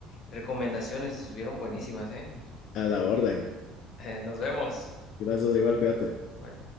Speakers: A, on the left; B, on the left.
A: recomendaciones, estuvieron buenísimas, ¿eh?
B: A la orden.
A: <laughs> Nos vemos.
B: Gracias igual, cuídate.
A: Bye.